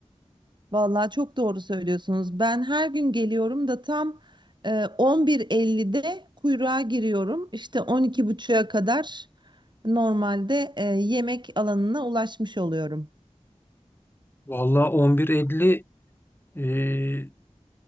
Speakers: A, on the right (about 40°); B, on the left (about 20°).
A: Vallahi çok doğru söylüyorsunuz. Ben her gün geliyorum da tam e, 11.50'de kuyruğa giriyorum. İşte 12.30'a kadar normalde e, yemek alanına ulaşmış oluyorum.
B: Vallahi 11.50 e,